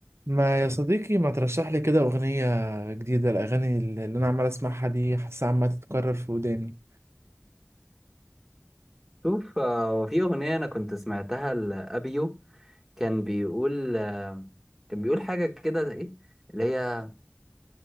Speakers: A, on the right; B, in the centre.
A: ما يا صديقي ما ترشح لي كده أغنية جديدة الأغاني اللي اللي أنا عمال أسمعها دي حاسة عمالة تتكرر في وداني
B: شوف آه، هو في أغنية أنا كنت سمعتها لأبيو كان بيقول آه، كان بيقول حاجة كده إيه اللي هي